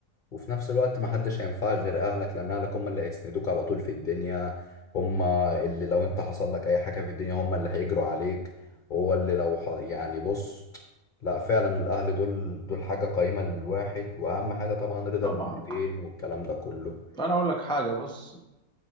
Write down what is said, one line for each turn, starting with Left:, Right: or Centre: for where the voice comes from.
Left: وفي نفس الوقت ما حدش هينفعك غير اهلك لان اهلك هم اللي هيسندوك على طول في الدنيا هم اللي لو انت حصل لك اي حاجة في الدنيا هم اللي هيجروا عليك هو اللي لو ح... يعني بص لا فعلا الاهل دول دول حاجة قيمة للواحد واهم حاجة طبعا رضا
Centre: طبعا
Left: الوالدين والكلام ده كله
Centre: انا اقول لك حاجه بص